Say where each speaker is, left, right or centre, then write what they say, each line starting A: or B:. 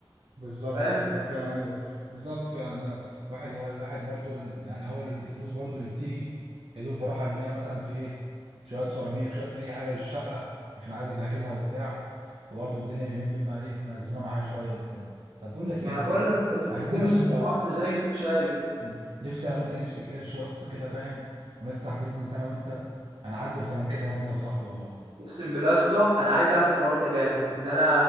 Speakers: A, on the right; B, on the right.
A: بالظبط
B: فاهم
A: ده حقيقة فعلا ايوه بالظبط فعلا ده الواحد الواحد برضو ل- يعني هو الفلوس برضو اللي بتيجي يا دوب بروح ارميها مثلا في ايه شويه سيراميك شويه اي حاجه للشقه عشان عايز اجهزها وبتاع وبرضو الدنيا اليومين دول ما ايه مأزمه معايا شويه وبتاع طب بقول لك ايه
B: ما انا
A: احنا
B: بقول لك انت في الحكومة
A: عايزين انا
B: الصبح
A: وانت
B: وانت زي ما انت شايف
A: مم. نفسي انا وانت نمسك قرش يا اسطى كده فاهم ونفتح بيزنس انا وانت انا اعدي الفلانكات انا وانت يا صاحبي والله
B: اقسم بالله يا اسطى انا عايز اعمل الحوار ده جامد ان انا